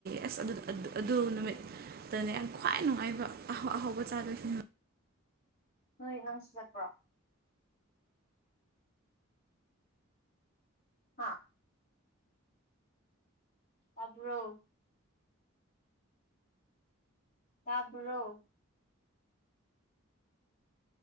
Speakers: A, on the right (about 45°); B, on the left (about 45°).
A: ꯑꯁ ꯑꯗꯨ ꯑꯗꯨ ꯅꯨꯃꯤꯠ ꯇꯅ ꯌꯥꯝ ꯈ꯭ꯋꯥꯏ ꯅꯨꯡꯉꯥꯏꯕ ꯑꯍꯥꯎꯧꯕ ꯆꯥꯗꯣꯏꯁꯤꯟꯕ
B: ꯅꯣꯏ ꯅꯪꯁꯨ ꯆꯠꯄ꯭ꯔꯣ ꯍꯥꯥ ꯇꯥꯕ꯭ꯔꯣ ꯇꯥꯕ꯭ꯔꯣ